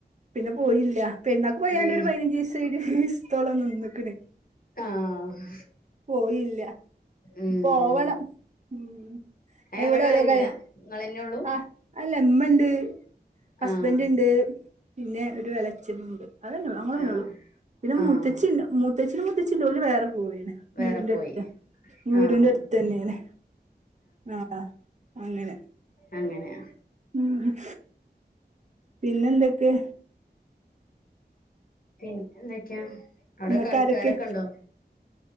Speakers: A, on the right; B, on the left.
A: പിന്നെ പോയീല്ല്യ. പെരുന്നാക്ക്പോയാണ്ടൊരു
B: ഏ
A: പതിനഞ്ചീസം ഇരുവീസ്ത്തോളം നിന്ന്ക്ക്ണ്.
B: ആഹ്
A: പോയീല്ല്യ.
B: ഉം
A: പോവണം. ഉം എവിടൊരോ
B: ഇവിടെ ആരുല്ല
A: കാര്യം
B: നിങ്ങളന്നെ ഉള്ളൂ
A: ആഹ്, അല്ലമ്മണ്ട്. ഹസ്ബൻ്റ്
B: ആഹ്
A: ണ്ട്. പിന്നെ ഒരു എളച്ഛനൂണ്ട്. അതെന്നൊള്ളൂ. ഞങ്ങളെന്നൊള്ളൂ.
B: ആഹ്
A: പിന്നെ
B: ആഹ്
A: മൂത്തച്ചിണ്ട് മൂ ത്തച്ഛിനും മൂത്തച്ഛിണ്ട്. ഓല് വേറെ പോയീണ്.
B: വേറെ
A: വീട്ടിന്റെ
B: പോയി
A: അടുത്ത് വീടിന്റെ
B: ആഹ്
A: അടുത്തന്നേണ്. ആഹ് അങ്ങനെ.
B: അങ്ങനെ.
A: ഉംഉം. പിന്നെന്തൊക്കെ?
B: പിന്നെന്തൊക്കെയാ, അവ്ടെ
A: ഇങ്ങക്കാരൊക്കെ
B: കളിക്കാരൊക്കെണ്ടോ?